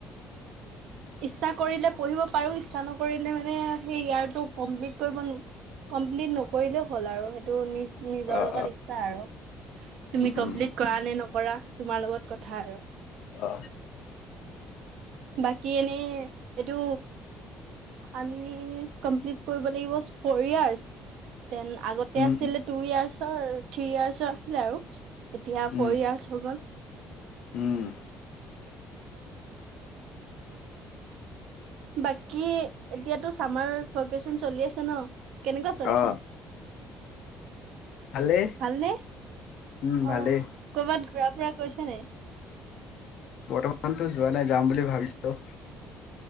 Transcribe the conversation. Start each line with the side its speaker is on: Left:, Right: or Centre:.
Left: <inaudible>
Right: ইচ্ছা কৰিলে পঢ়িব পাৰো ইচ্ছা নকৰিলে মানে সেই ইয়াৰটো কমপ্লিট কৰিব কমপ্লিট নকৰিলেও হ'ল আৰু সেইটো নিজ নিজৰ
Left: আহ
Right: লগত ইচ্ছা আৰু। তুমি কমপ্লিট
Left: উম
Right: কৰা নে নকৰা তোমাৰ লগত কথা আৰু।
Left: অ।
Right: বাকী এনেই এইটো আমি কমপ্লিত কৰিব লাগিব ফইয়াৰচ দেন আগত তাতে
Left: উম
Right: আছিলে
Left: উম
Right: টু ইয়াৰ্চৰ থ্ৰি ইয়াৰ্চৰ আছিলে আৰু এতিয়া ফ'ৰ
Left: উম
Right: ইয়াৰ্চ হৈ গ'ল।
Left: উম।
Right: বাকী এতিয়াতো চামাৰ ভেকেশচন চলি আছে ন? কেনেকুৱা চলিছে?
Left: আহ ভালেই
Right: ভালনে?
Left: উম ভালেই
Right: অ কৰ'বাত ঘূৰা ফুৰা কৈছা নাই?
Left: বৰ্তমানতো যোৱা নাই যাম বুলি ভাবিছো।